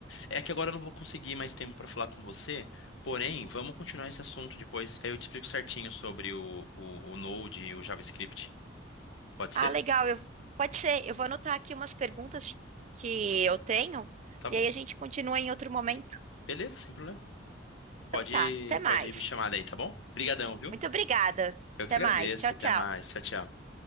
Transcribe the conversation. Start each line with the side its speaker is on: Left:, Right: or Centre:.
Left: É que agora eu não vou conseguir mais tempo para falar com você, porém, vamos continuar esse assunto depois. Aí eu te explico certinho sobre o, o, o Node e o JavaScript. Pode
Right: Ah,
Left: ser?
Right: legal. Eu... Pode ser. Eu vou anotar aqui umas perguntas que eu tenho
Left: Tá
Right: e
Left: bom?
Right: aí a gente continua em outro momento.
Left: Beleza, sem problema. Pode,
Right: Então tá. Até mais.
Left: pode me chamar daí, tá bom? Obrigadão, viu?
Right: Muito obrigada.
Left: Eu que
Right: Até
Left: agradeço.
Right: mais. Tchau,
Left: Até
Right: tchau.
Left: mais. Tchau, tchau.